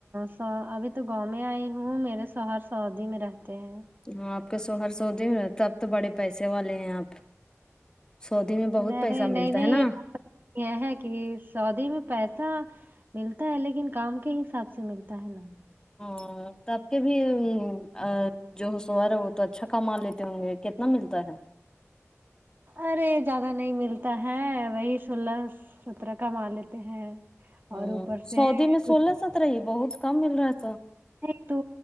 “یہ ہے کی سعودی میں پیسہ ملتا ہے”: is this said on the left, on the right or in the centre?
Right